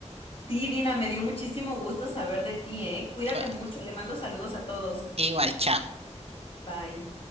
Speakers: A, on the left (about 50°); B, on the right (about 55°).
A: Sí, Dina, me dio muchísimo gusto saber de ti, ¿eh? Cuídate
B: Ay,
A: mucho, le mando saludos a todos.
B: Igual, chao.
A: Bye.